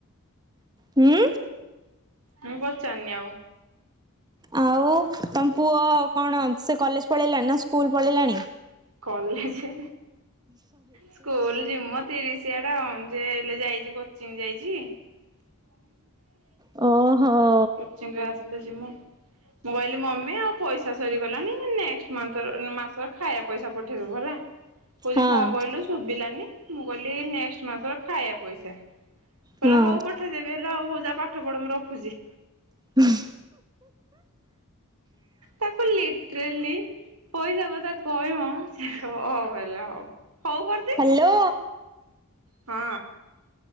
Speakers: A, on the right; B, on the right.
A: ହୁଁ।
B: ମୁଁ ପଚାନି ଆଉ।
A: ଆଉ ତମ ପୁଅ କଣ ସେ କଲେଜ ପଳେଇଲାଣି ନା ସ୍କୁଲ ପଳେଇଲାଣି।
B: College school ଯିମ। ତିରିଶିଆଟା ଅଣ ଯେ ହେଲେ ଯାଇଛି କୋଚିଂ ଯାଇଛି। <unintelligible>
A: <unintelligible> ଓହୋ।
B: କୋଚିଙ୍ଗିରେ ଆସିଲେ ଯିମୁ। ମୁଁ କହିଲି ମମି ଆଉ ପଇସା ସରିଗଲାଣି ନେଷ୍ଟ ମାସର ମାସ ଖାଇବା ପଇସା ପଠେଇଦବୁ ହେଲା। କହୁଛି
A: ହଁ
B: କଣ କହିଲୁ ଶୁଭିଲାନି ମୁଁ କହିଲି ନେଷ୍ଟ ମାସର ଖାଇବା ପଇସା। କହିଲା
A: ହଁ
B: ହଉ ପଠେଇଦେବି ହେଲା ଆଉ ହଉ ଯା ପାଠ ପଢ ମୁଁ ରଖୁଛି।
A: <inaudible>
B: ତାକୁ ଲିଟ୍ରେଲି। ପଇସା କଥା କହିବ ହଁ ହ ହେଲା ହଉ ହଉ କୁଆଡେ।
A: ହାଲୋ।
B: ହଁ।